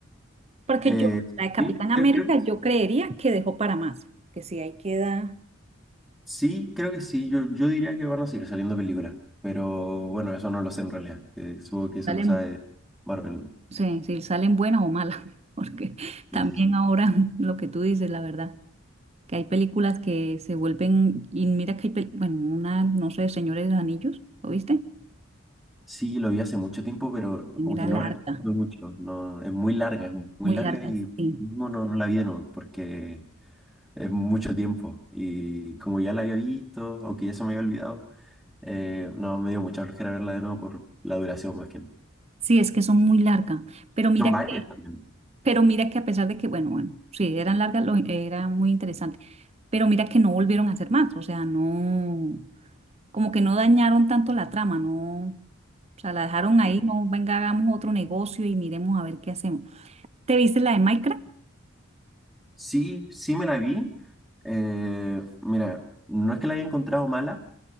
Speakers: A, on the right; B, in the centre.
A: Porque
B: Eh,
A: yo, la de Capitán
B: sí,
A: América,
B: creo, creo-
A: yo creería que dejó para más. Que si ahí queda,
B: sí, creo que sí. Yo, yo diría que van a seguir saliendo películas. Pero bueno, eso no lo sé en realidad. Eh, supongo que eso
A: salen,
B: lo sabe Marvel. ¿no?
A: sí, sí salen buenas o malas. <laughs> Porque también
B: Sí, sí, sí.
A: ahora lo que tú dices, la verdad, que hay películas que se vuelven, y mira que hay, pel- bueno, una, no sé, Señores de los Anillos, ¿lo viste?
B: Sí, lo vi hace mucho tiempo, pero como
A: Era
B: que
A: larga,
B: no recuerdo mucho. No, es muy larga, es muy
A: muy
B: larga
A: larga,
B: y
A: sí.
B: mismo no, no la vi de nuevo porque es mucho tiempo. Y como ya la había visto, aunque ya se me había olvidado, eh, no, me dio mucha flojera verla de nuevo por la duración más que nada.
A: Sí, es que son muy largas. Pero mira
B: Son varias
A: que,
B: también.
A: pero mira que a pesar de que, bueno, bueno, sí, eran largas, lo- era muy interesante. Pero mira que no volvieron a hacer más. O sea, no, como que no dañaron tanto la trama, no. O sea, la dejaron
B: Sí,
A: ahí, no, venga, hagamos otro negocio y miremos a ver qué hacemos. ¿Te viste la de Minecraft?
B: sí sí me la vi. Eh, mira, no es que la haya encontrado mala,